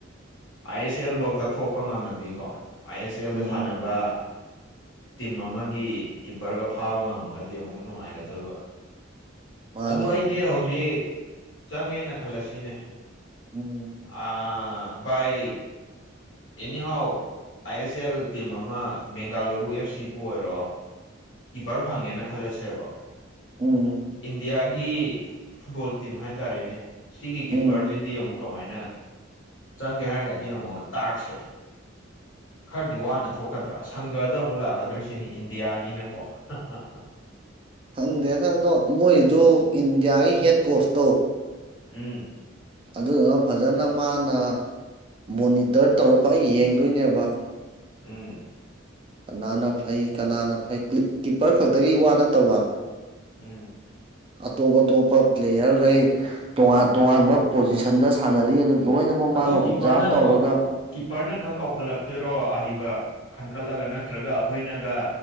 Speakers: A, on the left; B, on the right.
A: ꯑꯥꯏ ꯑꯦꯁ ꯑꯦꯜ ꯐꯧꯗ ꯊꯣꯛꯄ ꯉꯝꯃꯗꯤꯀꯣ ꯑꯥꯏ ꯑꯦꯁ ꯑꯦꯜꯗ
B: ꯎꯝ
A: ꯁꯥꯟꯅꯕ ꯇꯤꯝ ꯑꯃꯒꯤ ꯀꯤꯞꯄꯔꯒ ꯐꯥꯕ ꯉꯝꯃꯒꯗꯤ ꯑꯃꯨꯛ ꯅꯨꯡꯉꯥꯏꯒꯗꯣꯏꯕ
B: ꯃꯥꯅꯦ
A: ꯑꯗꯨ ꯑꯩꯁꯦ ꯍꯧꯖꯤꯛ ꯆꯪꯉꯦꯅ ꯈꯜꯂꯁꯤꯅꯦ꯫
B: ꯎꯝ
A: ꯑꯥ ꯕꯥꯏ anyhow I S L team ꯑꯃ ꯕꯦꯡꯒꯥꯂꯨꯔꯨ ꯑꯦꯐ ꯁꯤꯕꯨ ꯑꯣꯏꯔꯣ ꯀꯤꯄꯔ ꯐꯪꯉꯦꯅ ꯈꯜꯂꯁꯦꯕ
B: ꯎꯝ
A: ꯏꯟꯗꯤꯌꯥꯒꯤ ꯐꯨꯠꯕꯣꯜ ꯇꯤꯝ ꯍꯥꯏꯇꯥꯔꯦꯅꯦ꯫ ꯁꯤꯒꯤ ꯀꯤꯞꯄꯔꯁꯤꯗꯤ
B: ꯎꯝ
A: ꯑꯃꯨꯛ ꯀꯃꯥꯏꯅ ꯆꯪꯒꯦ ꯍꯥꯏꯔꯒꯗꯤ ꯑꯃꯨꯛ ꯇꯥꯛꯁꯦ꯫ ꯈꯔꯗꯤ ꯋꯥꯅ ꯊꯣꯛꯀꯗ꯭ꯔꯥ ꯁꯪꯒꯗ ꯑꯃꯨꯛ ꯂꯥꯛꯀꯗ꯭ꯔꯥ ꯁꯤꯅꯤ ꯏꯟꯗꯤꯌꯥꯅꯤꯅꯀꯣ <unintelligible>
B: ꯍꯪꯗꯦꯗ ꯑꯗꯣ ꯃꯣꯏꯖ ꯏꯟꯗꯤꯌꯥꯒꯤ ꯍꯦꯠ ꯀꯣꯔꯁꯇꯧ
A: ꯎꯝ
B: ꯑꯗꯨꯗꯨꯅ ꯐꯖꯅ ꯃꯥꯅ ꯃꯣꯅꯤꯇꯔ ꯇꯧꯔꯛꯄ ꯑꯩ ꯌꯦꯡꯗꯣꯏꯅꯦꯕ
A: ꯎꯝ
B: ꯀꯅꯥꯅ ꯐꯩ ꯀꯅꯥꯅ ꯐꯩ ꯀꯤꯞꯄꯔ ꯈꯛꯇꯒꯤ ꯋꯥ ꯅꯠꯇꯕ
A: ꯎꯝ
B: ꯑꯇꯣꯞ ꯑꯇꯣꯞꯄ ꯄ꯭ꯂꯦꯌꯥꯔꯈꯩ꯫ ꯇꯣꯉꯥꯟ ꯇꯣꯉꯥꯟꯕ ꯄꯣꯖꯤꯁꯟꯗ ꯁꯥꯟꯅꯔꯤꯕꯗꯨ ꯂꯣꯏꯅꯃꯛ
A: ꯑꯗꯣ
B: ꯃꯥꯅ ꯑꯣꯞꯓꯥꯞ
A: ꯀꯤꯞꯄꯔꯅ
B: ꯇꯧꯔꯒ
A: ꯀꯤꯞꯄꯔꯅ ꯈꯛ ꯀꯧꯈꯠꯂꯛꯇꯣꯏꯔꯣ ꯑꯍꯩꯕ ꯈꯟꯈꯠꯂꯒ ꯅꯠꯇ꯭ꯔꯒ ꯑꯩꯈꯣꯏꯅꯒ